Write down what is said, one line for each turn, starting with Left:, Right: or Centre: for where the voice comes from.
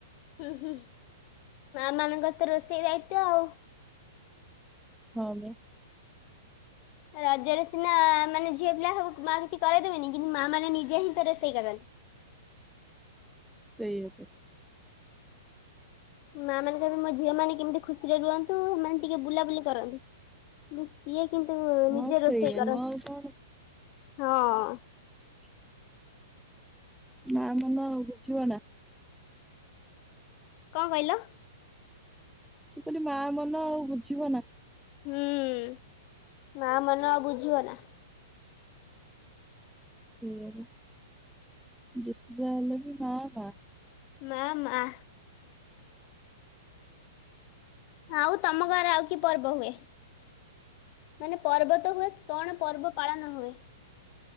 Left: ହୁଁ ହୁଁ ମାନଙ୍କ ମୋରତ ରୋଷେଇ ଦାୟିତ୍ଵ ଆଉ।
Centre: ହାଲୋ।
Left: ରଜରେ ସିନା ମାନେ ଝିଅ ପିଲା ସବୁକୁ ମା କିଛି କରିଦେବେନି କିନ୍ତୁ ମା ମାନେ ନିଜେ ହିଁ ତ ରୋଷେଇ କରନ୍ତି।
Centre: ସେଇଆ ପା।
Left: ମାଆ ମାନେ ସବୁ କହିବେ ମୋ ଝିଅ ମାନ କେମିତି ଖୁସିରେ ରୁହନ୍ତୁ ସେମାନେେ ଟିକେ ବୁଲାବୁଲି କରନ୍ତୁ। ନା ସିଏ କିନ୍ତୁ ନିଜେ
Centre: ହଁ ସେଇଆ
Left: ରୋଷେଇ କରନ୍ତି
Centre: ନୁହଁ ଆଉ କଣ
Left: ହଁ।
Centre: <inaudible> ମା ମନ ଆଉ ବୁଝିବ ନା।
Left: କଣ କହିଲ?
Centre: ମୁଁ କହିଲି ମା ମନ ଆଉ ବୁଝିବ ନା।
Left: ହୁଁ ମା ମନ ଆଉ ବୁଝିବ ନା।
Centre: ସେଇଆପା ଯେତେ ଯା ହେଲେବି ମା ମା।
Left: ମା ମା। ଆଉ ତମ ଗାଁରେ ଆଉ କି ପର୍ବ ହୁଏ ମାନେ ପର୍ବ ତ ହୁଏ କଣ ପର୍ବ ପାଳନ ହୁଏ?